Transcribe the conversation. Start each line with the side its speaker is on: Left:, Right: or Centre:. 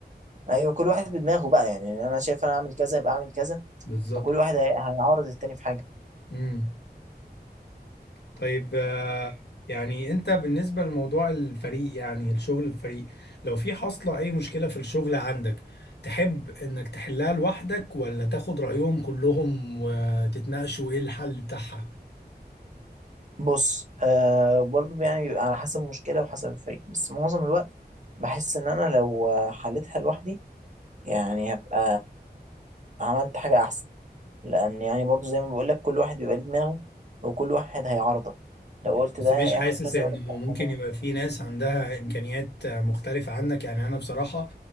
Right: أيوه، كل واحد بدماغه بقى يعني انا شايف انا اعمل كذا يبقى اعمل كذا
Left: بالظبط
Right: فكل واحد هي- هيعارض التاني في حاجه
Left: امم طيب يعني انت بالنسبة لموضوع الفريق يعني الشغل في فريق لو في حاصلة اي مشكلة في الشغل عندك تحب انك تحلها لوحدك ولا تاخد رأيهم كلهم وتتناقشوا ايه الحل بتاعها
Right: بص آه برضه يعني بيبقى على حسب المشكلة وحسب الفريق بس معظم الوقت بحس إن أنا لو آه، حلتها لوحدي يعني هبقى عملت حاجة أحسن لأن يعني برضه زي ما بقولك كل واحد بيبقى ليه دماغه وكل واحد هيعارضك لو قلت
Left: بس
Right: ده
Left: مش
Right: يعمل
Left: حاسس
Right: كذا
Left: انه
Right: يقولك لأ
Left: ممكن
Right: والله
Left: يبقى في ناس عندها امكانيات مختلفة عنك يعني انا بصراحة